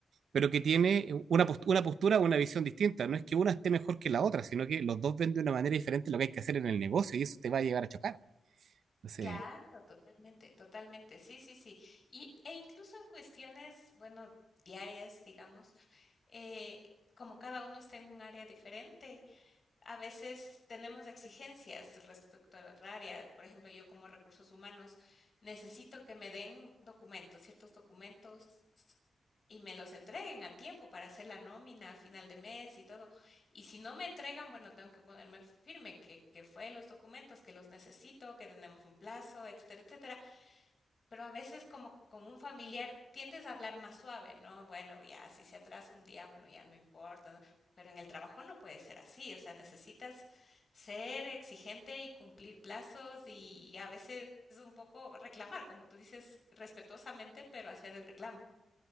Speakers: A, on the right; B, on the left.
A: pero que tiene una, post- una postura o una visión distinta. No es que una esté mejor que la otra, sino que los dos ven de una manera diferente lo que hay que hacer en el negocio y eso te va a llevar a chocar. Entonces,
B: Claro, totalmente, totalmente. Sí, sí, sí. Y, e incluso en cuestiones, bueno, diarias, digamos, eh, como cada uno está en un área diferente, a veces tenemos exigencias respecto a la otra área. Por ejemplo, yo como recursos humanos necesito que me den documentos, ciertos documentos y me los entreguen a tiempo para hacer la nómina a final de mes y todo. Y si no me entregan, bueno, tengo que ponerme firme que, que fue los documentos, que los necesito, que tenemos un plazo, etcétera, etcétera pero a veces como con un familiar tiendes a hablar más suave, ¿no? Bueno, ya si se atrasa un día, bueno, ya no importa, ¿no? pero en el trabajo no puede ser así, o sea, necesitas ser exigente y cumplir plazos y a veces un poco reclamar, como tú dices, respetuosamente, pero hacer el reclamo.